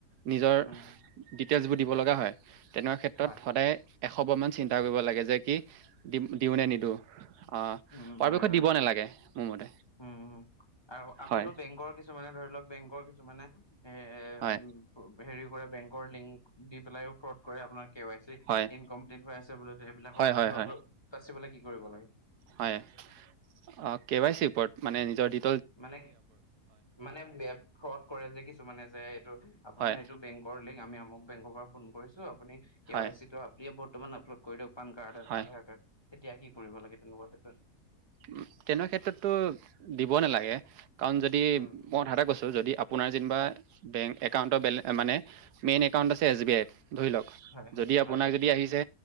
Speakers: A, on the right; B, on the left.
A: নিজৰ
B: উম
A: ডিটেইলছ বুল দিব লগা হয় তেনেকুৱা ক্ষেত্ৰত
B: হয়
A: সদায় এস অমান চিন্তা কৰিব লাগে যে, কি দিম, দিওঁ
B: উম
A: নে নিদো। অ',
B: উম
A: পৰাপক্ষত
B: হয় হয়
A: দিব নালাগে। মোৰ মতে
B: উম, আৰু আকৌ
A: হয়
B: বেংকৰ কিছুমানে ধৰি লওঁক বেংকৰ কিছুমানে এ, এ
A: হয়
B: হেৰি কৰে বেং বেংকৰ লিংক দি পেলায়ো ফ্ৰত কৰে আপোনাক কে ৱাই চি
A: হয়
B: ইনকমপ্লিট হৈ আছে বোলে সেইবিলাকৰ
A: হয়
B: বিষয়ে
A: হয় হয়
B: <unintelligible> কি কৰিব লাগে
A: হয়, অ', কে ৱাই চিৰ ওপৰত মানে নিজৰ দি
B: মান, মানে ফ্ৰত কৰে যে, কিছু মানে যে আপোনাৰ
A: হয়
B: এইটো বেংকৰ লিংক আমি আমুক বেংকৰ পৰা ফোন কৰিছোঁ আ আপুনি কে
A: হয়
B: ৱাই চি টো আপিয় বৰ্তমান আপলোড কৰি দিয়ক। পান কাৰ্ড,
A: হয়
B: আধাৰ কাৰ্ড তেতিয়া কি কৰিব লাগে তেনেকুৱৰ ক্ষেত্ৰত
A: উ, তেনেকুৱা ক্ষেত্ৰতো দিব নালাগে। কাৰণ যদি
B: উম
A: মই কথা এটা কৈছোঁ, যদি আপোনাৰ যেনিবা
B: হয়
A: বেংক একাউণ্টৰ বেলে মানে মেইন একাউণ্ট আছে এছ বি আইত। ধৰি লওক
B: হয় হয়
A: যদি আপোনাক
B: হয়
A: যদি আহিছে।